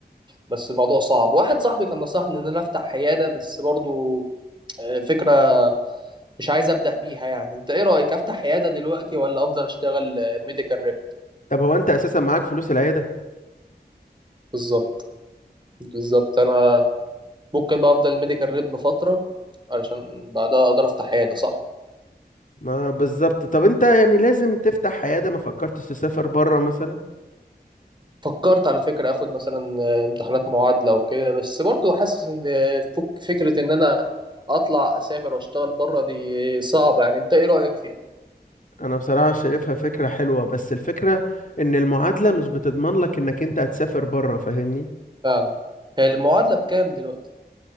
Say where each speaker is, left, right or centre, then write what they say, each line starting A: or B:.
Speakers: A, on the right (about 25°); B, on the left (about 50°).
A: بس الموضوع صعب واحد صاحبي كان نصحني ان انا افتح عياده بس برضو آه، فكره مش عايز ابدا بيها يعني انت ايه رايك افتح عياده دلوقتي ولا افضل اشتغل ميديكال ريب
B: طب هو انت اساسا معاك فلوس العياده
A: بالظبط بالظبط انا ممكن بقى افضل ميديكال ريب فتره علشان بعدها اقدر افتح عياده صح
B: ما بالظبط طب انت يعني لازم تفتح عياده ما فكرتش تسافر بره مثلا
A: فكرت على فكره اخد مثلا آه، امتحانات معادله وكده بس برضو حاسس ان آه، فك- فكره ان انا اطلع اسافر واشتغل بره دي صعبه يعني انت ايه رايك فيها
B: انا بصراحة شايفها فكرة حلوة بس الفكرة ان المعادلة مش بتضمن لك انك انت هتسافر بره فاهمني
A: فعلا هي المعادله بكام دلوقتي